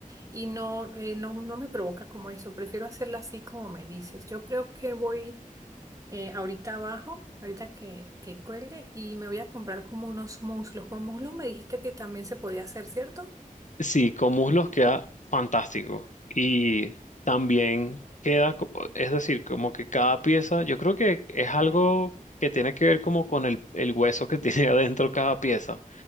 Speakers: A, on the right; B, on the left.
A: y no, eh, no, no me provoca como eso, prefiero hacerla así como me dices. Yo creo que voy eh, ahorita abajo, ahorita que, que cuelgue, y me voy a comprar como unos muslos. Con muslos me dijiste que también se podía hacer, ¿cierto?
B: Sí, con muslos queda fantástico. Y también queda, co- es decir, como que cada pieza, yo creo que es algo que tiene que ver como con el, el hueso que <laughs> tiene adentro cada pieza.